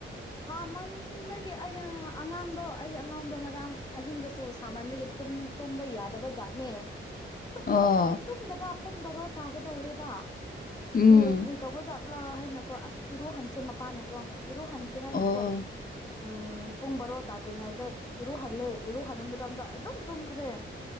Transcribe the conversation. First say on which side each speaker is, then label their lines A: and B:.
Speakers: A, on the left; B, on the left.
A: ꯁꯥꯃꯟꯕꯒꯤ ꯑ ꯑꯉꯥꯡꯗꯣ ꯑꯩꯒꯤ ꯑꯉꯥꯡꯗꯣ ꯉꯔꯥꯡ ꯑꯍꯤꯡꯗꯁꯨ ꯁꯥꯃꯟꯗꯒꯤ ꯇꯨꯡ ꯇꯨꯝꯕ ꯌꯥꯗꯕ ꯖꯥꯠꯅꯦ ꯁꯨꯛꯇꯨꯝ
B: ꯑꯣ
A: ꯇꯨꯝꯗꯕ ꯄꯨꯡ ꯕꯥꯔꯣ ꯇꯥꯒꯗꯧꯔꯦꯔꯤꯕ
B: ꯎꯝ
A: ꯀꯔꯤ ꯀꯔꯤ ꯇꯧꯕ ꯆꯠꯂ ꯍꯥꯏꯅꯀꯣ ꯑꯁ ꯏꯔꯨꯍꯟꯁꯦ ꯃꯄꯥꯟꯅꯀꯣ ꯏꯔꯨꯍꯟꯁꯦ ꯍꯥꯏꯅꯀꯣ
B: ꯑꯣ
A: ꯎꯝ ꯄꯨꯡ ꯕꯥꯔꯣ ꯇꯥꯗ꯭ꯔꯤꯉꯩꯗ ꯏꯔꯨꯍꯜꯂꯦ ꯏꯔꯨꯍꯟꯕ ꯃꯇꯝꯗ ꯑꯗꯨꯝ ꯇꯨꯝꯈ꯭ꯔꯦ